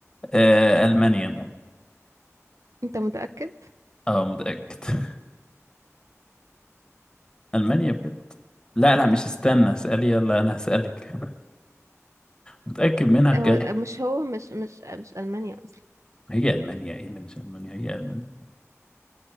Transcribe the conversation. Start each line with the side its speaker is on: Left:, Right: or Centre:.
Left: آه، ألمانيا
Right: أنت متأكد
Left: اه متأكد <laughs> ألمانيا بجد لا لا مش استنى اسألي يلا أنا هسألك متأكد منها بجد
Right: هو مش هو مش مش مش ألمانيا أصلا
Left: هي ألمانيا ايه اللي مش ألمانيا هي ألمانيا